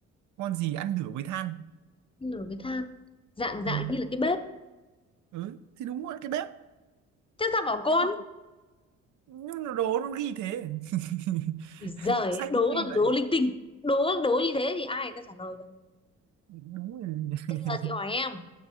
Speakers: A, on the right (about 70°); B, on the left (about 20°).
A: con gì ăn lửa với than
B: lửa với than dạng dạng
A: Ừ,
B: như là cái bếp
A: ừ thì đúng rồi cái bếp
B: chắc sao bảo con
A: nhưng mà nhưng mà đồ nó ghi thế <laughs>
B: Ui giời
A: sách
B: đố
A: nó ghi vậy
B: đố linh tinh đố đố như thế thì ai người ta trả lời được
A: đúng rồi <laughs>
B: thế bây giờ chị hỏi em